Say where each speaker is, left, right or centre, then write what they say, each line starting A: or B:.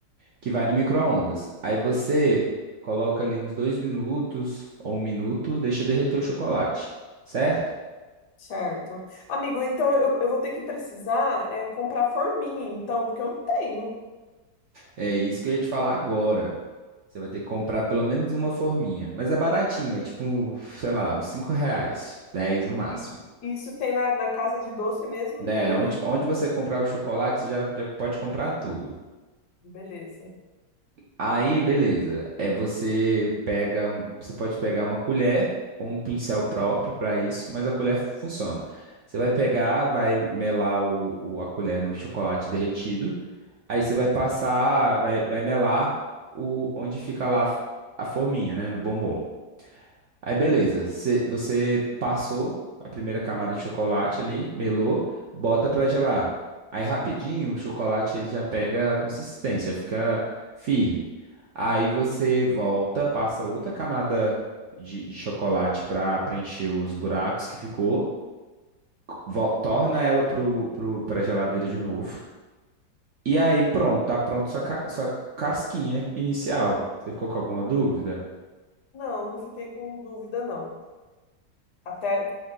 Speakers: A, on the right; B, on the left.
A: que vai no micro-ondas. Aí você coloca ali uns dois minutos ou um minuto, deixa derreter o chocolate, certo?
B: Certo. Amigo, então eu, eu vou ter que precisar é, comprar forminha, então, porque eu não tenho.
A: É isso que eu ia te falar agora. Você vai ter que comprar pelo menos uma forminha. Mas é baratinho, é tipo, sei lá, uns 5 reais, 10 no máximo.
B: E- Isso tem na, na casa de doce mesmo?
A: Né?
B: Tem,
A: Onde,
B: né?
A: onde você comprar o chocolate, você já, já pode comprar tudo.
B: Beleza.
A: Aí, beleza. É você pega, um- você pode pegar uma colher ou um pincel próprio para isso, mas a colher funciona. Você vai pegar, vai melar o, o- a colher no chocolate derretido. Aí você vai passar, vai, vai melar o, onde fica lá a forminha, né, no bombom. Aí beleza, cê- você passou a primeira camada de chocolate ali, melou, bota pra gelar. Aí rapidinho o chocolate ele já pega a consistência, fica firme. Aí você volta, passa outra camada de, de chocolate pra preencher os buracos que ficou, vol- torna ela pro, pro, pra geladeira de novo. E aí pronto, tá pronto sua, ca- sua casquinha inicial. Você ficou com alguma
B: Uhum.
A: dúvida?
B: Não, não fiquei com dúvida, não. Até,